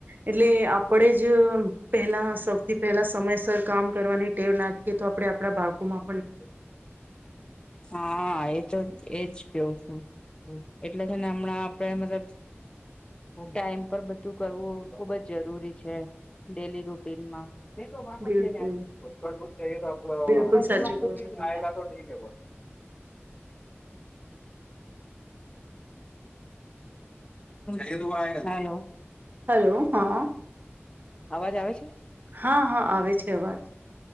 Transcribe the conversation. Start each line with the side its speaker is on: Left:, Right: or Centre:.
Right: એટલે આપણેે જ પેલા સૌથી પહેલા સમયસર કામ કરવાની ટેવ નાખીએ તો આપણે બાળકો મા
Left: <unintelligible> હા એ તો એજ કેવ છું એટલે છે ને હમણાં આપડે, મતલબ ટાઈમ પર બધું કરવું ખુબ જ જરૂરી છે. ડેલી રૂટીનમાં <unintelligible>
Right: બિલકુલ બિલકુલ સાચું
Left: <unintelligible>
Right: કહો છો તમે
Left: આયગા તો ઠીક હે <unintelligible> હાલો
Right: હેલો હા
Left: અવાજ આવે છે
Right: હા હા આવે છે. અવાજ